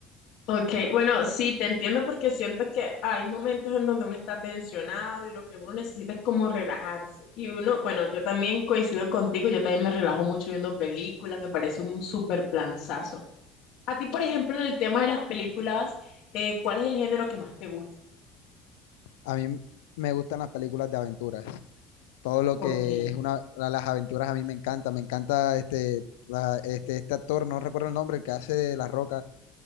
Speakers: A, on the left (about 65°); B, on the left (about 80°).
A: Ok, bueno, sí, te entiendo porque siento que hay momentos en donde uno está tensionado y lo que uno necesita es como relajarse. Y uno, bueno, yo también coincido contigo, yo también me relajo mucho viendo películas, me parece un súper planzazo. A ti, por ejemplo, en el tema de las películas, eh, ¿cuál es el género que más te gusta?
B: A mí me gustan las películas de aventuras. todo lo
A: Okay,
B: que es una, la- las aventuras a mí me encanta, me encanta este, la- este, este actor, no recuerdo el nombre, el que hace de La Roca.